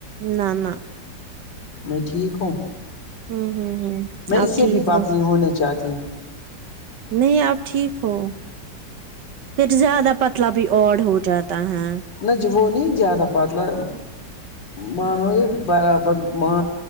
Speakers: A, on the right; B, on the left.
A: نہ نہ
B: میں ٹھیک ہوں
A: ہوں ہوں ہوں
B: میں
A: آپ
B: اسے
A: ٹھیک
B: بھی پاتلی
A: ہو
B: ہونا چاہتی ہوں
A: نہیں آپ ٹھیک ہو پھر زیادہ پتلا بھی اڈ ہو جاتا ہے
B: نہ جی وہ نہیں زیادہ پتلا مان یہ برابر م